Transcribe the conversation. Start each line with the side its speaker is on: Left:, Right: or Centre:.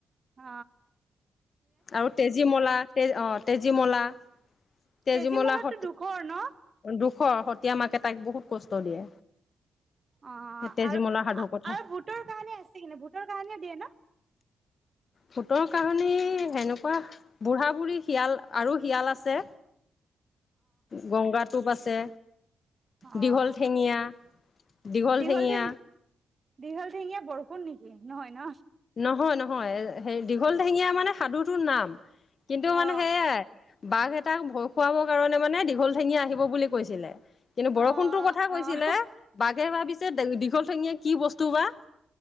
Right: হ
Left: আৰু তেজীমলা তে অ তেজীমলা তেজীমলা
Right: তেজী মলততো
Left: স
Right: দুখৰ ন
Left: দুখৰ সতীয়া মাকে তাইক বহুত কষ্ট দিয়ে
Right: অ
Left: তেজীমলা
Right: আৰু
Left: সাধু কথা
Right: আৰু ভূতৰ কাহানী আছে কি ন ভূতৰ কাহানিয় দিয়ে ন <inaudible>
Left: ভূতৰ কাহণী সেনেকুৱা বুঢ়া বুঢ়ী শিয়াল আৰু শিয়াল আছে গংগা টোপ আছে
Right: অহ
Left: দীঘল ঠেঙীয়া দীঘল
Right: দীঘলঠেঙীয়া
Left: ঠেঙীয়া
Right: দীঘলঠেঙীয়া বৰষুণ নেকি নহয় ন
Left: নহয় নহয় সেই দীঘল ঠেঙীয়া মানে সাধুটোৰ নাম কিন্তু মানে
Right: অ
Left: সেইয়াই বাঘ এটাক ভয় খুৱাব কাৰণে মানে দীঘল ঠেঙীয়া আহিব বুলি কৈছিলে। কিন্তু
Right: অ
Left: বৰষুণটোৰ
Right: অ
Left: কথা কৈছিলে,
Right: অ'
Left: বাঘে ভাবিছে দেও - দীঘল ঠেঙীয়া কি বস্তু বা।